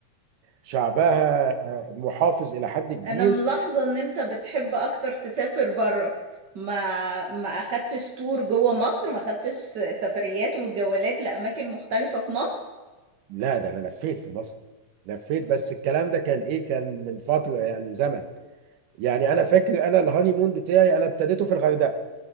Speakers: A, on the right; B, on the right.
A: شعبها آه، محافظ الى حد كبير
B: انا ملاحظة ان انت بتحب اكتر تسافر برا ما ما اخدتش تور جوه مصر ما اخدتش س- سفريات وجولات لاماكن مختلفة في مصر
A: لا ده انا لفيت في مصر لفيت بس الكلام ده كان ايه كان من فتره يعني زمن يعني انا فاكر انا الهانيمون بتاعي انا ابتديته في الغردقه